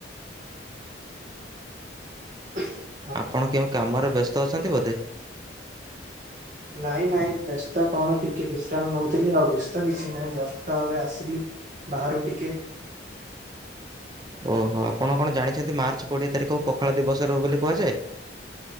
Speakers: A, on the right; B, on the right.
A: <inaudible>
B: ଆପଣ କେଉଁ କାମରେ ବ୍ୟସ୍ତ ଅଛନ୍ତି ବୋଧେ?
A: ନାଇଁ ନାଇଁ ବ୍ୟସ୍ତ କଣ ଟିକେ ବିଶ୍ରାମ ନଉଥିଲି ଆଉ ବ୍ୟସ୍ତ କିଛି ନାହିଁ ଜଷ୍ଟ ତ ଏବେ ଆସିଲି। ବାହାରୁ ଟିକେ।
B: ଓହୋ ଆପଣ କଣ ଜାଣିଛନ୍ତି ମାର୍ଚ୍ଚ କୋଡ଼ିଏ ତାରିଖକୁ ପଖାଳ ଦିବସର ବୋଲି କୁହାଯାଏ।